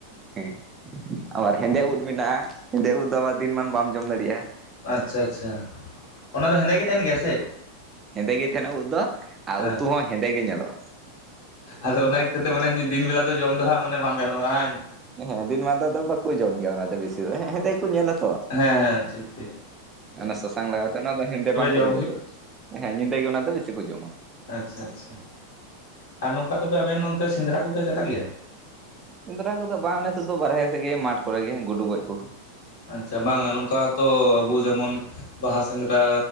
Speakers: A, on the right (about 20°); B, on the left (about 55°).
A: ᱦᱮ ᱟᱵᱟᱨ ᱦᱮᱸᱫᱮ ᱩᱫ ᱢᱮᱱᱟᱜᱼᱟ ᱦᱮᱸᱫᱮ ᱩᱫ ᱫᱚ ᱟᱵᱟᱨ ᱫᱤᱱᱢᱟᱱ ᱵᱟᱢ ᱡᱚᱢ ᱫᱟᱲᱮᱭᱟᱜᱼᱟ ᱾
B: ᱟᱪᱪᱷᱟ ᱟᱪᱪᱷᱟ ᱾ ᱚᱱᱟ ᱫᱚ ᱦᱮᱸᱫᱮ ᱜᱮ ᱛᱟᱦᱮᱱ ᱜᱮᱭᱟ ᱥᱮ ᱾
A: ᱦᱮᱸᱫᱮ ᱜᱮ ᱛᱟᱦᱮᱱᱟ ᱩᱫ ᱫᱚ ᱟᱨ
B: ᱦᱮᱸ
A: ᱩᱛᱩ ᱦᱚᱸ ᱦᱮᱸᱫᱮ ᱜᱮ ᱧᱮᱞᱚᱜᱼᱟ ᱾
B: ᱟᱫᱚ ᱚᱱᱟ ᱤᱠᱟᱹᱛᱮ ᱢᱟᱱᱮ ᱫᱤᱱ ᱵᱮᱞᱟ ᱫᱚ ᱡᱚᱢ ᱫᱚ ᱦᱟᱜ ᱢᱟᱱᱮ ᱵᱟᱝ ᱜᱟᱱᱚᱜᱼᱟ ᱵᱟᱝ
A: ᱦᱮᱸ ᱫᱤᱱ ᱢᱟᱱ ᱫᱚ ᱵᱟᱠᱚ ᱡᱚᱢ ᱜᱮᱭᱟ ᱚᱱᱟᱛᱮ ᱵᱮᱥᱤ ᱫᱚ ᱦᱮᱸ ᱠᱚ ᱧᱮᱞᱟ ᱛᱚ
B: ᱦᱮᱸ ᱦᱮᱸ ᱴᱷᱤᱠ ᱴᱷᱤᱠ ᱾
A: ᱚᱱᱟ ᱥᱟᱥᱟᱝ ᱞᱟᱜᱟᱣ ᱠᱟᱛᱮ ᱚᱱᱟ ᱫᱚ ᱦᱮᱸᱫᱮ ᱵᱟᱝ ᱯᱚᱨᱤᱵᱚᱨᱛᱚᱱ
B: ᱡᱚᱢ ᱦᱩᱭᱩᱜᱼᱟ
A: ᱦᱮᱸ ᱧᱤᱫᱟᱹ ᱜᱮ ᱚᱱᱟ ᱫᱚ ᱵᱤᱥᱤ ᱠᱚ ᱡᱚᱢᱟ ᱾
B: ᱟᱪᱪᱷᱟ ᱟᱪᱪᱷᱟ ᱾ ᱟᱨ ᱱᱚᱝᱠᱟ ᱛᱮ ᱟᱵᱮᱱ ᱚᱱᱛᱮ ᱥᱮᱸᱫᱽᱨᱟ ᱠᱚᱯᱮ ᱪᱟᱞᱟᱜ ᱜᱮᱭᱟ ᱾
A: ᱥᱮᱸᱫᱽᱨᱟ ᱠᱚᱫᱚ ᱵᱟᱝ ᱚᱱᱮ ᱥᱩᱫᱷᱩ ᱵᱟᱨᱦᱮ ᱥᱮᱫ ᱜᱮ ᱢᱟᱴ ᱠᱚᱨᱮᱜ ᱜᱮ ᱜᱩᱰᱩ ᱜᱚᱡ ᱠᱚ ᱾
B: ᱟᱪᱪᱷᱟ ᱾ ᱵᱟᱝᱟ ᱱᱚᱝᱠᱟ ᱛᱚ ᱟᱵᱚ ᱡᱮᱢᱚᱱ ᱵᱟᱦᱟ ᱥᱮᱸᱫᱽᱨᱟ